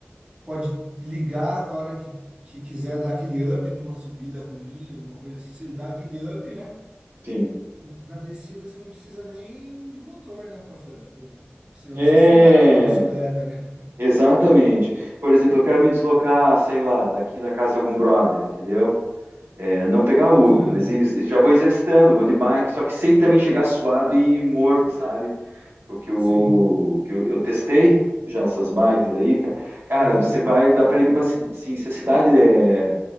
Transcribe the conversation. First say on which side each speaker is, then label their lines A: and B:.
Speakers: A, on the right; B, on the right.
A: pode ligar a hora que, que quiser dar aquele up numa subida ruim, alguma coisa assim, você dá aquele up, né?
B: sim.
A: E Na descida você não precisa nem de motor, né, para falar, tipo, senão
B: É,
A: você se mata com a bicicleta, né?
B: exatamente. Por exemplo, eu quero me deslocar, sei lá, daqui da casa de algum brother, entendeu? É, não pegar Uber,
A: Sim.
B: mas isso- já vou exercitando, vou de bike, só que sei também chegar suado e morto, sabe? O que eu,
A: Sim.
B: que eu, eu testei já essas bikes aí, cara. Cara,
A: Aham.
B: você vai, dá pra ir de uma, ci- assim, se a cidade é,